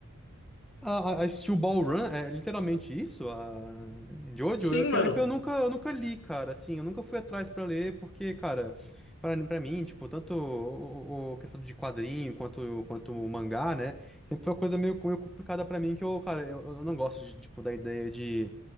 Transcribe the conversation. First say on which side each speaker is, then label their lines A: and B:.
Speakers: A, in the centre; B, on the left (about 70°).
A: A, a a Steel Ball Run é literalmente isso? A Jojo?
B: <laughs> Sim,
A: É que,
B: mano.
A: é que eu nunca, eu nunca li, cara, assim, eu nunca fui atrás pra ler, porque, cara, pra, pra mim, tipo, tanto o, o- o questão de quadrinho quanto, quanto o mangá, né, sempre foi uma coisa meio, meio complicada pra mim, que eu, cara, eu, eu não gosto, de, tipo, da ideia de,